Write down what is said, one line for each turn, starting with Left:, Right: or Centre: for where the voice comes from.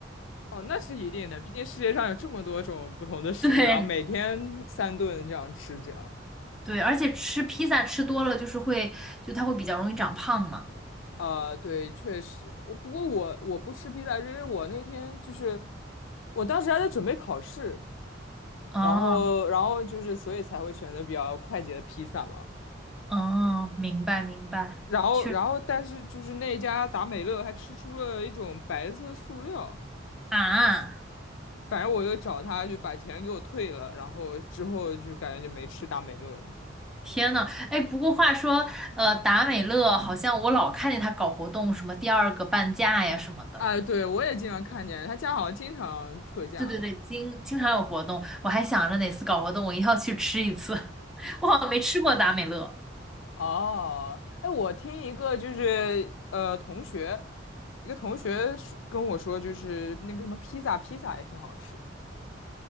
Left: 哦，那是一定的，毕竟世界上有这么多种不同的食物，
Centre: 对
Left: 然后每天三顿这样吃，着。样，
Centre: 对，而且吃披萨吃多了就是会，就它会比较容易长胖嘛，
Left: 呃，对，确实，我不过我我不吃披萨，是因为我那天就是我当时还在准备考试，
Centre: 哦
Left: 然后然后就是所以才会选择比较快捷的披萨嘛。
Centre: 哦，明白明白，
Left: 然后，
Centre: 确实
Left: 然后，但是就是那家达美乐还吃出了一种白色塑料，
Centre: 啊。
Left: 反正我又找他就把钱给我退了，然后之后就感觉就没吃达美乐了。
Centre: 天呐，哎，不过话说，呃，达美乐好像我老看见他搞活动，什么第二个半价呀什么的。
Left: 哎，对，我也经常看见他家好像经常特价。
Centre: 对对对，经经常有活动，我还想着哪次搞活动我一定要去吃一次。<laughs> 我好像没吃过达美乐。
Left: 哦，哎，我听一个就是呃同学，一个同学说跟我说，就是那个什么披萨，披萨也挺好吃